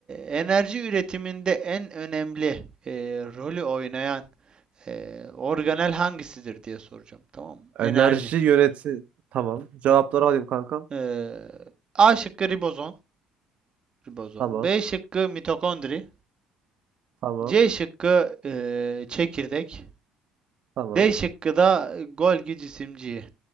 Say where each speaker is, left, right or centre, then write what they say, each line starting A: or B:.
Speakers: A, on the right (about 35°); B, on the right (about 60°).
A: enerji üretiminde en önemli e, rolü oynayan e, organel hangisidir diye soracağım. Tamam mı?
B: Enerji
A: Enerji.
B: yöneti. Tamam. Cevapları alayım kankam.
A: E, A şıkkı ribozom, ribozom.
B: Tamam.
A: B şıkkı mitokondri.
B: Tamam.
A: C şıkkı e, çekirdek.
B: Tamam.
A: D şıkkı da Golgi cisimciği